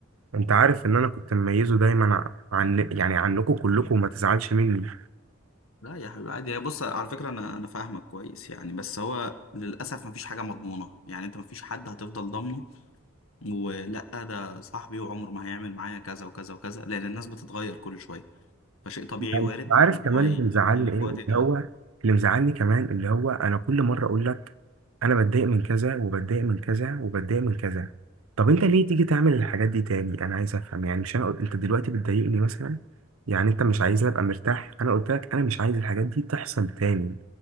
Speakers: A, on the right (about 80°); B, on the left (about 75°).
A: انت عارف ان انا كنت مميزه دايما عن يعني عنكم كلكم وما تزعلش مني
B: لا يا حبيبي عادي هي بص على فكرة انا انا فاهمك كويس يعني بس هو للأسف مفيش حاجة مضمونة يعني انت مفيش حد هتفضل ضامنه ولا ده صاحبي وعمره ما هيعمل معايا كذا وكذا وكذا لأن الناس بتتغير كل شوية فشيء طبيعي
A: يعني
B: وارد
A: عارف
B: ان
A: كمان
B: هو ي-
A: اللي مزعلني
B: يجي
A: ايه
B: في وقت
A: اللي
B: يتغير
A: هو اللي مزعلني كمان اللي هو انا كل مره اقول لك انا بتضايق من كذا وبتضايق من كذا وبتضايق من كذا طب انت ليه تيجي تعمل الحاجات دي تاني انا عايز افهم يعني مش انا قل- انت دلوقتي بتضايقني مثلا يعني انت مش عايزني ابقى مرتاح انا قلت لك انا مش عايز الحاجات دي تحصل تاني